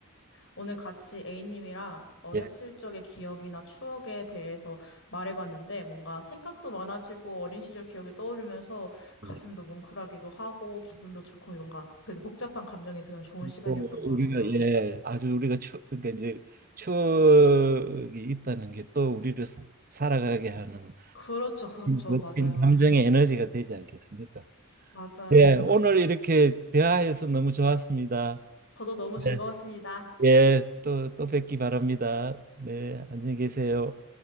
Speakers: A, on the left; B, on the right.
A: 오늘 같이 A님이랑 어렸을
B: 예.
A: 적의 기억이나 추억에 대해서 말해봤는데 뭔가 생각도 많아지고 어린 시절 기억이 떠오르면서 가슴도
B: 예.
A: 뭉클하기도 하고 기분도 좋고 뭔가 되게 복잡한 감정이 드는 좋은 시간이었던
B: 뭐
A: 것
B: 우리가
A: 같아요.
B: 예 아주 우리가 추 그러니까 이제 추억이 있다는 게 또 우리를 사- 살아가게 하는
A: 그렇죠, 그렇죠.
B: 멋진
A: 맞아요.
B: 감정의 에너지가 되지 않겠습니까?
A: 맞아요.
B: 예, 오늘 이렇게 대화해서 너무 좋았습니다.
A: 저도 너무
B: 네.
A: 즐거웠습니다.
B: 예, 또, 또 뵙기 바랍니다. 네, 안녕히 계세요.